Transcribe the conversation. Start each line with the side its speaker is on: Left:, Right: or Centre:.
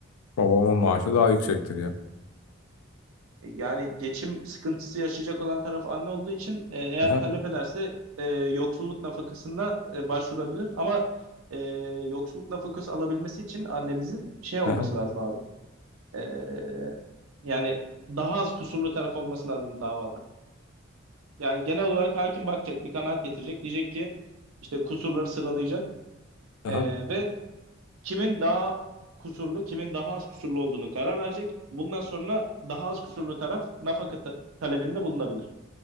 Left: Babamın maaşı daha yüksektir ya.
Right: E, Yani geçim sıkıntısı yaşayacak olan taraf anne olduğu için e, eğer
Left: Aha,
Right: talep ederse e, yoksulluk nafakasına e, başvurabilir. Ama e, yoksulluk nafakası alabilmesi için annenizin şey olması
Left: aha,
Right: lazım abi. E, yani daha az kusurlu taraf olması lazım davada. Yani genel olarak hakim bakacak, bir kanaat getirecek. Diyecek ki işte kusurları sıralayacak
Left: aha.
Right: E, ve kimin daha kusurlu, kimin daha az kusurlu olduğunu karar verecek. Bundan sonra daha az kusurlu taraf nafaka ta- talebinde bulunabilir.